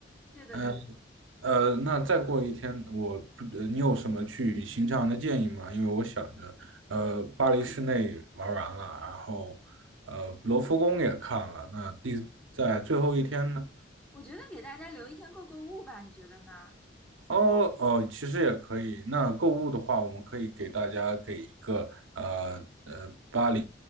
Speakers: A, in the centre; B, on the right.
A: 对对对对，
B: 嗯呃，呃那再过一天，我不，呃你有什么去行程上的建议吗？因为我想着，呃，巴黎市内玩完了，然后呃，罗浮宫也看了，那第在最后一天呢？
A: 我觉得给大家留一天购购物吧，你觉得呢？
B: 哦哦，其实也可以。那购物的话，我们可以给大家给一个呃呃巴黎